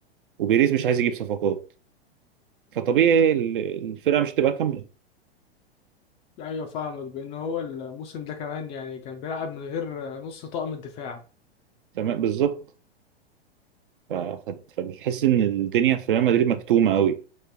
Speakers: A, on the right; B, on the left.
A: وبيريز مش عايز يجيب صفقات فطبيعي ال- الفرقة مش هتبقى كاملة
B: ايوه فاهمك بان هو الموسم ده كمان يعني كان بيلعب من غير نص طاقم الدفاع
A: وتمام بالظبط ف- ف- فبتحس إن الدنيا في ريال مدريد مكتومة أوي